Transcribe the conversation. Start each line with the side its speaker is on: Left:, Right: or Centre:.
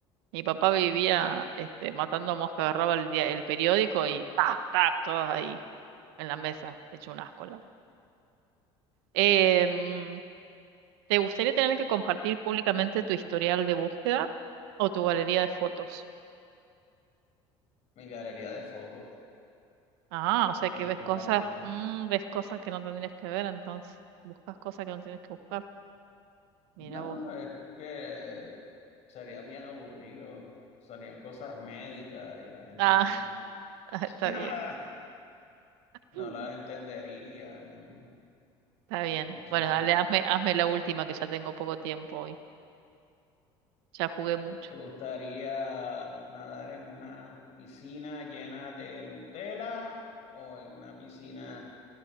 Right: Mi papá vivía este, matando mosca, agarraba el, dia- el periódico y tac, tac, todas ahí en la mesa, hecho un asco la mosca. Em, ¿te gustaría tener que compartir públicamente tu historial de búsqueda o tu galería de fotos?
Left: Mi galería de fotos,
Right: Ah, o sea
Left: definitivamente.
Right: que ves cosas, mm, ves cosas que no tendrías que ver, entonces buscas cosas que no tienes que buscar. Mira
Left: No,
Right: vos.
Left: es que sería bien aburrido. Serían cosas médicas y la gente
Right: Ah,
Left: no,
Right: <laughs> está
Left: <laughs> no
Right: bien.
Left: la, no
Right: Mm.
Left: las entendería, ¿no?
Right: Está bien.
Left: Mucho.
Right: Bueno, dale, hazme, hazme la última que ya tengo poco tiempo hoy. Ya jugué mucho.
Left: ¿Te gustaría nadar en una piscina llena de Nutella o en una piscina